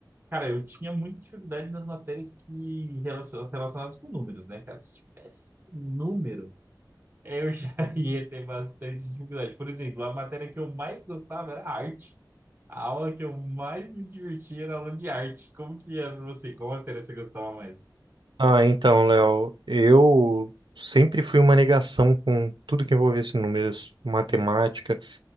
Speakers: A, on the right; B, on the right.
A: Cara, eu tinha muita dificuldade nas matérias que relacion- relacionadas com números, né, cara? Se tivesse um número eu já <laughs> ia ter bastante dificuldade. Por exemplo, a matéria que eu mais gostava era arte. A aula que eu mais me divertia era a aula de arte. Como que era pra você? Qual matéria você gostava mais?
B: Ah, então, Léo, eu sempre fui uma negação com tudo que envolvesse números, matemática,